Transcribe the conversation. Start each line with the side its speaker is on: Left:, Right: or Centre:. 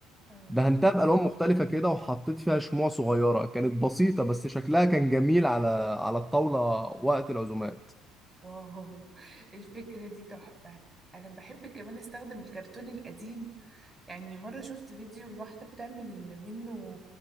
Right: اه
Centre: دهنتها بألوان مختلفة كده وحطيت فيها شموع صغيرة كانت بسيطة بس شكلها كان جميل على على الطاولة وقت العزومات
Right: واو الفكرة دي تحفة أنا بحب كمان أستخدم الكرتون القديم يعني مرة شفت فيديو لواحدة بتعمل منه